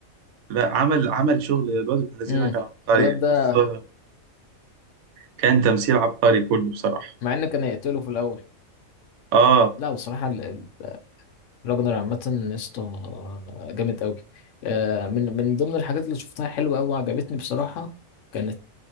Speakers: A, on the right; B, on the left.
A: لا عمل عمل شغل الواد ابن الذين
B: امم
A: كان عبقري
B: الواد
A: بص
B: ده
A: آه، كان تمثيل عبقري كله بصراحه
B: مع انه كان هيقتله في الاول
A: اه
B: لا بصراحه ال- ال- راجنر عامه يا اسطى آه، جامد قوي من من ضمن الحاجات اللي شفتها حلوه قوي وعجبتني بصراحه كانت